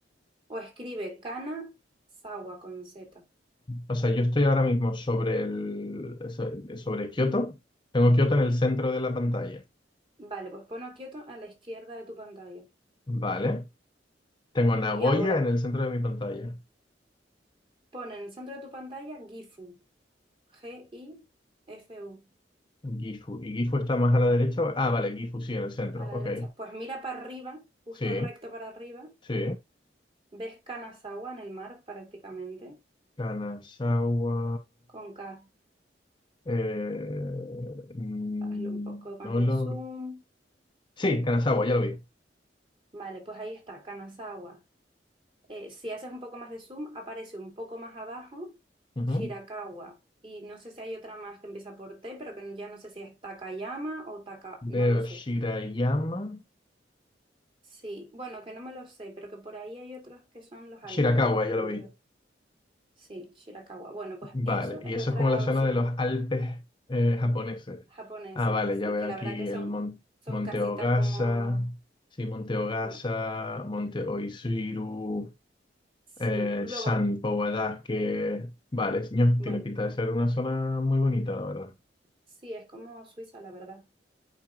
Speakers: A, on the right (about 30°); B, on the left (about 25°).
A: O escribe Kanazawa con Z.
B: O sea, yo estoy ahora mismo sobre el, so- sobre Kioto. Tengo Kioto en el centro de la pantalla.
A: Vale, pues pon Kyoto a la izquierda de tu pantalla.
B: Vale. Tengo Nagoya
A: Y ahora
B: en el centro de mi pantalla.
A: pon en el centro de tu pantalla Gifu, G-I-F-U,
B: Gifu. ¿Y Gifu está más a la derecha? Ah, vale, Gifu sí, en el centro.
A: a la
B: Ok.
A: derecha. Pues mira para arriba, justo
B: Sí,
A: recto para arriba.
B: sí.
A: Ves Kanazawa en el mar prácticamente,
B: Kanazawa.
A: con K.
B: eh, mm,
A: Hazle un poco más
B: no
A: de
B: lo...
A: zoom.
B: Sí, Kanazawa, ya lo vi.
A: Vale, pues ahí está, Kanazawa. Eh, si haces un poco más de zoom, aparece un poco más abajo
B: Ujú.
A: Shirakawa. Y no sé si hay otra más que empieza por T, pero que ya no sé si es Takayama o Taka,
B: Veo
A: no lo sé.
B: Shirayama.
A: Sí, bueno, que no me lo sé, pero que por ahí hay otros que son los Alpes
B: Shirakawa,
A: estos,
B: ya
A: entonces,
B: lo vi.
A: sí, Shirakawa. Bueno, pues
B: Vale,
A: eso
B: y
A: es
B: eso
A: otra
B: es como la zona
A: opción
B: de los Alpes eh, japoneses.
A: japonesa,
B: Ah, vale,
A: sí,
B: ya veo
A: que la
B: aquí
A: verdad que son,
B: el Mon-
A: son
B: Monte
A: casitas
B: Ogasa,
A: como,
B: sí, Monte Ogasa,
A: mm,
B: Monte Oizuru,
A: sí,
B: eh,
A: luego,
B: San Powadaque. Vale, señor,
A: bueno,
B: tiene pinta de ser una zona muy bonita, la verdad.
A: sí, es como Suiza, la verdad.